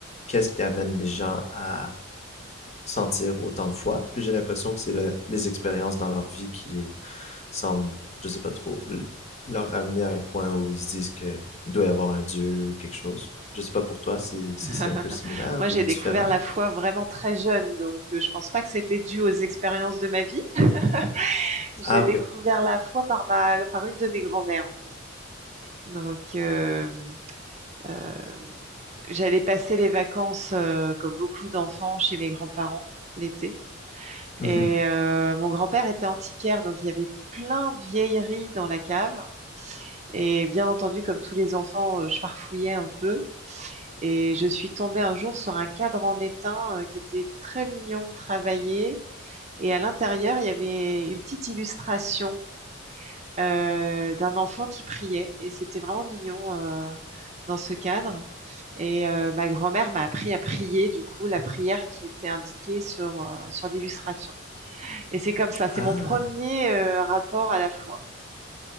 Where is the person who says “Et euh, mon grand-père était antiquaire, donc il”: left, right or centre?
Right